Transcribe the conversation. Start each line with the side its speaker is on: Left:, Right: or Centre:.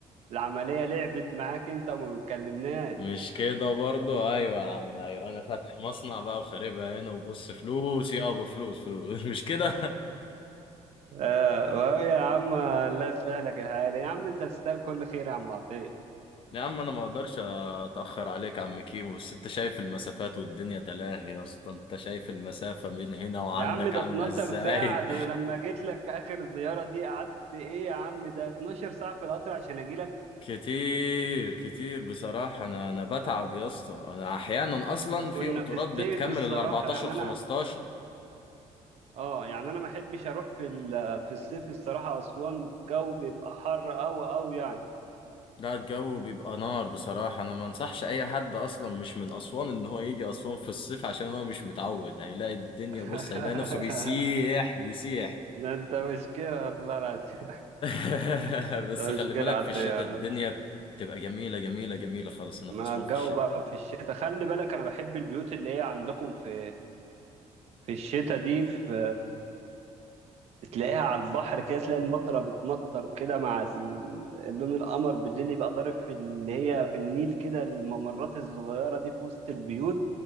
Right: والعملية لعبت معاك انت وما بتكلمناش
Left: مش كده برضو ايوه يا عم ايوه انا فاتح مصنع بقى وخاربها هنا وبص فلوس يابا فلوس فلوس <laughs> مش كده
Right: اه وإيه يا عم الله يصلح لك الحال يا عم انت تستاهل كل خير يا عم عطية
Left: <laughs> يا عم انا ما اقدرش اتاخر عليك يا عم كيمو بس انت شايف المسافات والدنيا تلاهي يا اسطى انت شايف المسافة من هنا وعندك
Right: يا عم ده
Left: عاملة
Right: 12
Left: ازاي
Right: ساعة ده انا لما جيت لك اخر زيارة دي قعدت ايه يا عم ده 12 ساعة في القطر عشان اجي لك
Left: <laughs> كتير كتير بصراحة أنا أنا بتعب يا اسطى أنا أحيانا أصلا
Right: وكنا
Left: في قطورات
Right: في ستيف
Left: بتكمل
Right: الصراحة
Left: ال 14
Right: يعني
Left: و15
Right: انا اه يعني انا ما احبش اروح في ال- في الصيف الصراحه اسوان الجو بيبقى حر قوي قوي يعني
Left: لا الجو بيبقى نار بصراحة أنا ما أنصحش أي حد أصلا مش من أسوان إن هو يجي أسوان في الصيف عشان هو مش متعود هيلاقي الدنيا
Right: <laughs>
Left: بص هيلاقي نفسه بيسيح بيسيح
Right: ده انت مشكله والله العظيم
Left: <laughs>
Right: انت
Left: بس
Right: مشكله
Left: خلي بالك
Right: عاديه
Left: في الشتاء
Right: والله
Left: الدنيا تبقى جميلة جميلة جميلة خالص هنا
Right: ما
Left: في أسوان
Right: الجو
Left: في الشتاء
Right: بقى في الشتاء خلي بالك انا بحب البيوت اللي هي عندكم في في الشتاء دي في تلاقيها على البحر كده تلاقي المطره بتمطر كده مع ال- اللون القمر بالليل يبقى ضارب في اللي هي في النيل كده الممرات الصغيره دي في وسط البيوت